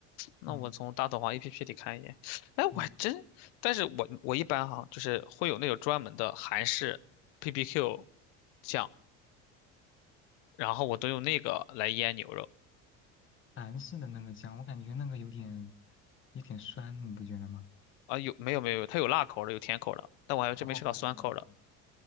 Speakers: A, on the left; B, on the left.
A: 那我从大董行
B: 嗯
A: APP 里看一眼。哎，
B: 嗯，
A: 我还真，但是我我一般哈，就是会有那种专门的韩式 p p q 酱，然后我都用那个来腌牛肉
B: 韩式的那个酱，我感觉那个有点有点酸，你不觉得吗？
A: 啊。有没有没有，它有辣口的，有甜口的，但我还真没吃到酸口的，
B: 哦，嗯